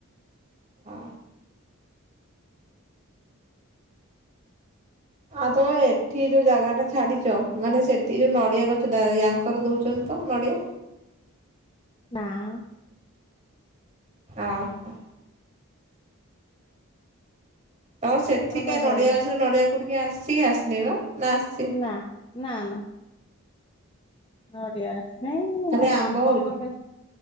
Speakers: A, on the right; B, on the left.
A: ହଁ। ଆଉ ତମେ ଏଠି ଯୋଉ ଜାଗା ଟା ଛାଡିଛ ମାନେ ସେଠି ଯୋଉ ନଡିଆ ଗଛଟା ୟାଙ୍କର ଦଉଛନ୍ତି ତ ନଡିଆ?
B: ନାଁ-ଆ-ଆ।
A: ଓ ହଁ। ତ ସେଠି
B: ତାଙ୍କର
A: କା ନଡିଆ
B: ବାରିରେ
A: ଗଛରେ ନଡିଆକୁ ଟିକେ ଆସିକି ଆସିନି ବା ନା ଆସି
B: ନା ନା ନା। ନଡିଆଛି ନାଇଁ-ଇ-ଇ
A: ଖାଲି
B: ଆମ୍ବ
A: ହଉଛି
B: ଗୋଟେ